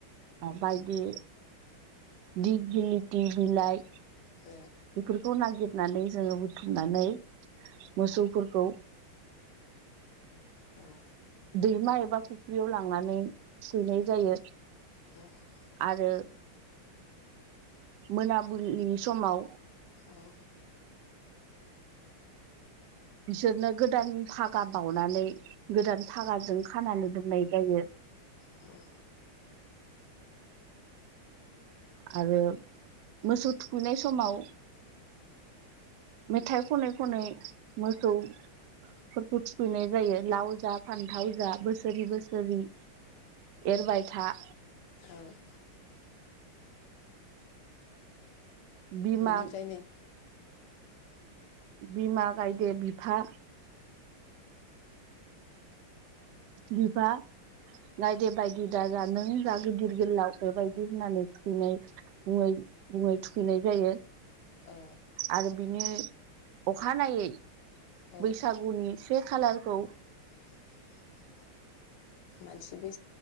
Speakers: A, on the right; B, on the left.
A: बायदि दिगिनिथि बिलाइ।
B: औ
A: बेफोरखौ नागिरनानै जोङो बुथुमनानै मोसौफोरखौ
B: आरो
A: दैमा एबा फुख्रियाव लांनानै सुनाय जायो।
B: औ
A: आरो मोनाबिलिनि समाव
B: औ
A: बिसोरनो गोदान भागा बावनानै गोदान फागाजों खानानै दोननाय जायो।
B: औ
A: आरो मोसौ थुखैनाय समाव मेथाइ खनै खनै मोसौ फोरखौ थुखैनाय जायो लाव जा फान्थाव जा बोसोरि बोसोरि। एरबाय था
B: ओ।
A: बिमा
B: बेनिफ्रायनो
A: बिमा गायदो बिफा बिफा गायदे बायदि दा जा नों जा गिदिर गोलाव बेबायदि होननानै थुखैनाय मुङै। मुङै थुखैनाय जायो।
B: औ
A: आरो बिनि अखानायै
B: औ
A: बैसागुनि से खालारखौ
B: <inaudible> मानसि बै